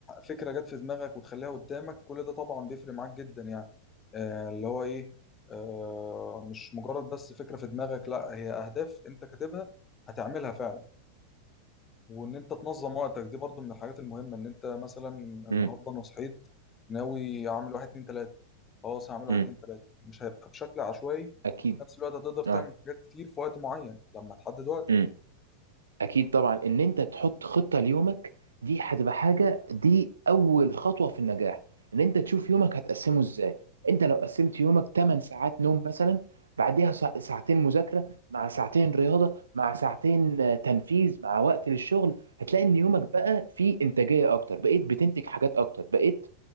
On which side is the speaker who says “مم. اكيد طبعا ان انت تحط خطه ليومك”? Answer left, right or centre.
Right